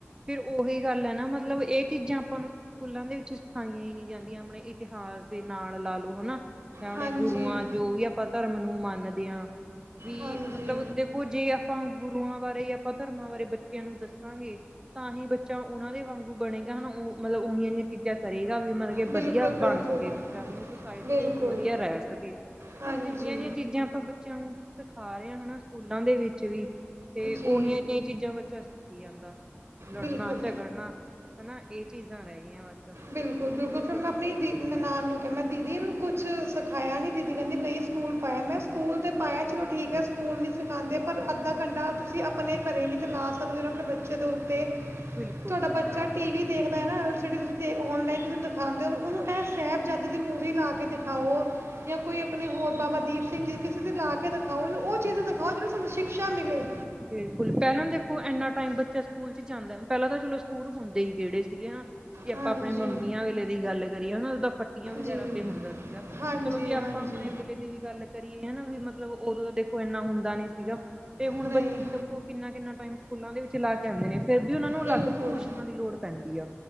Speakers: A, on the right; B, on the right.
A: ਫੇਰ ਉਹੀ ਗੱਲ ਹੈ ਨਾ ਮਤਲਬ ਇਹ ਚੀਜ਼ਾਂ ਆਪਾਂ ਨੂੰ ਸਕੂਲਾਂ ਦੇ ਵਿੱਚ ਸਿਖਾਈਆਂ ਹੀ ਨਹੀਂ ਜਾਂਦੀਆਂ ਆਪਣੇ ਇਤਿਹਾਸ ਦੇ ਨਾਲ ਲਾ ਲਓ ਹਨਾ। ਆਪਣੇ
B: ਹਾਂਜੀ
A: ਗੁਰੂਆਂ ਜੋ ਵੀ ਆਪਾਂ ਧਰਮ ਨੂੰ ਮੰਨਦੇ ਹਾਂ ਵੀ
B: ਹਾਂਜੀ
A: ਮਤਲਬ ਦੇਖੋ ਜੇ ਆਪਾਂ ਗੁਰੂਆਂ ਬਾਰੇ? ਆਪਾਂ ਧਰਮਾਂ ਬਾਰੇ ਬੱਚਿਆਂ ਨੂੰ ਦੱਸਾਂਗੇ? ਤਾਂ ਹੀ ਬੱਚੇ। ਬੱਚਾ ਉਹਨਾਂ ਦੇ ਵਾਂਗੂ ਬਣੇਗਾ ਹਨਾ ਉਹ ਮਤਲਬ ਉਹੀ ਜਿਹੀਆਂ ਚੀਜ਼ਾਂ ਕਰੇਗਾ ਵੀ ਮਤਲਬ ਕਿ
B: ਬਿਲਕੁਲ
A: ਵਧੀਆ
B: ਬਿਲਕੁਲ
A: ਬਣ ਸਕੇ ਬੱਚਾ ਆਪਣੀ ਸੁਸਾਇਟੀ
B: ਬਿਲਕੁਲ
A: ਦੇ ਵਿੱਚ ਵਧੀਆ ਰਹਿ ਸਕੇ
B: ਹਾਂਜੀ
A: ਹੁਣ ਅਜਿਹੀਆਂ ਜਿਹੀਆਂ ਚੀਜ਼ਾਂ ਆਪਾਂ ਬੱਚਿਆਂ ਨੂੰ ਸਿਖਾ ਰਹੇ ਹਾਂ ਹਨਾ? ਸਕੂਲਾਂ ਦੇ ਵਿੱਚ ਵੀ? ਤੇ ਉਹੀਆਂ
B: ਜੀ
A: ਜਿਹੀਆਂ ਚੀਜ਼ਾਂ ਬੱਚਾ। <unintelligible> ਲੜਨਾ-
B: ਬਿਲਕੁਲ
A: ਝਗੜਨਾ। ਹਨਾ ਇਹ ਚੀਜ਼ਾਂ ਰਹਿ ਗਈਆਂ ਬਸ।
B: ਬਿਲਕੁਲ-ਬਿਲਕੁਲ
A: ਕਿਸੇ
B: ਫਿਰ ਮੈਂ
A: ਤੋਂ
B: ਆਪਣੀ ਦੀ ਨਨਾਾਨ ਨੂੰ ਕ ਕਿਹਾ ਮੈਂ ਦੀਦੀ ਇਨੂੰ ਕੁਛ ਸਿਖਾਇਆ ਨਹੀਂ ਦੀਦੀ ਕਹਿੰਦੀ ਨਹੀਂ ਸਕੂਲ ਪਾਇਆ ਮੈਂ ਸਕੂਲ ਤੇ ਪਾਇਆ ਚਲੋ ਠੀਕ ਹੈ ਸਕੂਲ ਨ ਨਹੀਂ ਸਿਖਾਉਂਦੇ ਪਰ ਅੱਧਾ ਘੰਟਾ ਤੁਸੀਂ ਆਪਣੇ ਘਰੇ ਵੀ ਤਾਂ ਲਾਸਟ ਸਕਦੇ ਆਪਣੇ ਬੱਚੇ ਦੇ ਉੱਤੇ
A: ਬਿਲਕੁਲ
B: ਤੁਹਾਡਾ ਬੱਚਾ ਟੀ ਵੀ ਦੇਖਦਾ ਏ ਨਾ ਗਲ ਸੀ ਡੀ ਤੁਸੀਂ ਅਤੇ ਔਨਲਾਈਨ ਤੁਹਾਨੂੰ ਦਿਖਾਉਂਦੇ ਹੋ ਉਹਨੂੰ ਇਹ ਸਾਹਿਬਜ਼ਾਦੇ ਦੀ ਮੂਵੀ ਲਾ ਕੇ ਦਿਖਾਓ ਜਾਂ ਕੋਈ ਆਪਣੇ ਹੋਰ ਬਾਬਾ ਦੀਪ ਸਿੰਘ ਜੀ ਦੀ ਕਿਸੇ 'ਤੇ ਲਾ ਕੇ ਦਿਖਾਓ ਉਹਨੂੰ ਉਹ ਚੀਜ਼ਾਂ ਦਿਖਾਓ ਜਿਹਨੂੰ ਸਾਨੂੰ ਸ਼ਿਕਸ਼ਾ ਮਿਲੇ।
A: ਬਿਲਕੁਲ ਪਹਿਲਾਂ ਦੇਖੋ ਇੰਨਾ ਟਾਈਮ ਬੱਚਾ ਸਕੂਲ ਚ ਜਾਂਦਾ ਪਹਿਲਾਂ ਤਾਂ ਚਲੋ ਸਕੂਲ ਹੁੰਦੇ ਹੀ ਕਿਹੜੇ ਸੀਗੇ। ਜੇ ਆਪਾਂ
B: ਹਾਂਜੀ
A: ਆਪਣੇ ਮੰਮੀਆਂ ਵੇਲੇ ਦੀ ਗੱਲ ਕਰੀਏ ਹਨਾ ਉਹ ਤਾਂ ਫੱਟੀਆਂ ਵਗੈਰਾ
B: ਜੀ
A: ਤੇ ਹੁੰਦਾ ਸੀਗਾ
B: ਹਾਂਜੀ,
A: ਚਲੋ ਜੇ ਆਪਾਂ
B: ਹਾਂਜੀ
A: ਆਪਣੇ ਵੇਲੇ ਦੀ ਵੀ ਗੱਲ ਕਰੀਏ ਹਨਾ। ਵੀ ਮਤਲਬ ਉਦੋਂ ਦਾ ਦੇਖੋ ਇੰਨਾ ਹੁੰਦਾ। ਨੀ ਸੀਗਾ ਤੇ ਹੁਣ
B: ਨਹੀਂ
A: ਬੱਚੇ ਤ ਕਿੰਨਾ ਕਿੰਨਾ ਟਾਈਮ ਸਕੂਲਾਂ ਦੇ ਵਿੱਚ ਲਾ ਕੇ ਆਦੇ ਨੇ ਫੇਿਰ ਵੀ ਉਹਨਾਂ ਨੂੰ ਅਲੱਗ
B: ਬਿਲਕੁਲ
A: ਤੋਂ ਟਿਊਸ਼ਨਾਂ ਦੀ ਲੋੜ ਪੈਂਦੀ ਆ